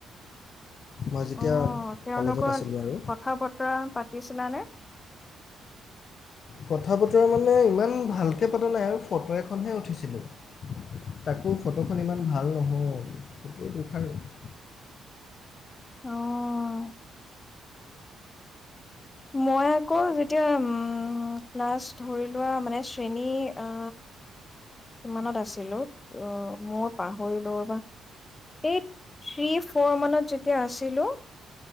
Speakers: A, on the left; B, on the left.
A: মই যেতিয়া
B: অঁ তেওঁৰ
A: কলেজত
B: লগত
A: আছিলোঁ আৰু
B: কথা বতৰা পাতিছিলা নে?
A: কথা বতৰা মানে ইমান ভালকৈ পতা নাই আৰু ফটো এখনহে উঠিছিলো। তাকো ফটোখন ইমান ভাল নহ'ল। <unintelligible>
B: অহ। মই আকৌ যেতিয়া, উম, ক্লাছ ধৰি লোৱা, মানে শ্ৰেণী, আ কিমানত আছিলোঁ আ, মইও পাহৰিলো ৰ'বা এই থ্ৰী, ফ'ৰ মানত যেতিয়া আছিলো।